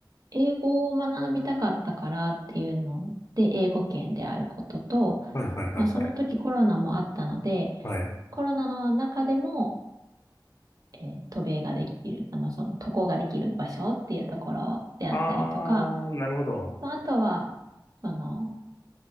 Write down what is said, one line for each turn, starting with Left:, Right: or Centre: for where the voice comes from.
Right: 英語を学びたかったからっていうので、英語圏であることと、
Left: はいはいはい。
Right: まあ、その時コロナもあったので、
Left: はい。
Right: コロナの中でも、えー渡米ができる、あの、その渡航ができる場所っていうところであったりとか、
Left: ああ、なるほど。
Right: まあ、あとは、その、